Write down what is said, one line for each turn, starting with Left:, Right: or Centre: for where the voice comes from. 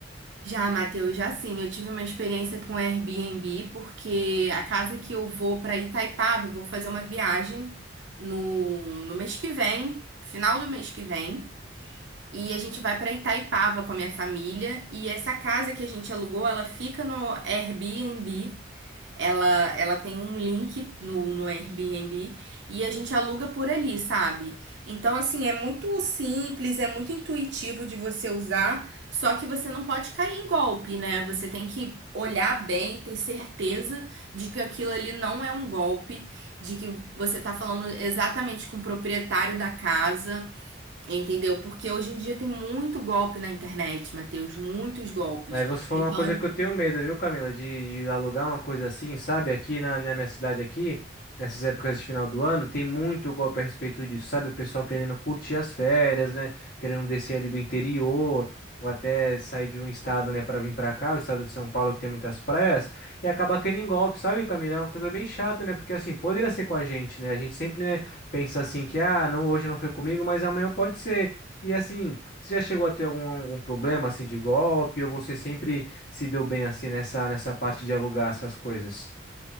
Right: Já, Matheus, já sim. Eu tive uma experiência com Airbnb, porque a casa que eu vou para Itaipava, eu vou fazer uma viagem no, no mês que vem, final do mês que vem. E a gente vai para Itaipava com a minha família. E essa casa que a gente alugou, ela fica no Airbnb. Ela, ela tem um link no, no Airbnb e a gente aluga por ali, sabe? Então, assim, é muito simples, é muito intuitivo de você usar, só que você não pode cair em golpe, né? Você tem que olhar bem, ter certeza de que aquilo ali não é um golpe, de que você tá falando exatamente com o proprietário da casa, entendeu? Porque hoje em dia tem muito golpe na internet, Matheus, muitos golpes.
Left: Aí você falou
Right: Então,
Left: uma coisa que eu tenho medo, viu, Camila? De, de alugar uma coisa assim, sabe? Aqui na, na minha cidade aqui, nessas épocas de final do ano, tem muito golpe a respeito disso, sabe? O pessoal querendo curtir as férias, né? Querendo descer ali do interior, ou até sair de um estado, né, para vir para cá, o estado de São Paulo, que tem muitas praias, e acabar caindo em golpe, sabe, Camila? É uma coisa bem chata, né? Porque assim, poderia ser com a gente, né? A gente sempre, né, pensa assim que, ah, não, hoje não foi comigo, mas amanhã pode ser. E assim. Você já chegou a ter algum, algum problema assim de golpe ou você sempre se deu bem assim nessa nessa parte de alugar essas coisas?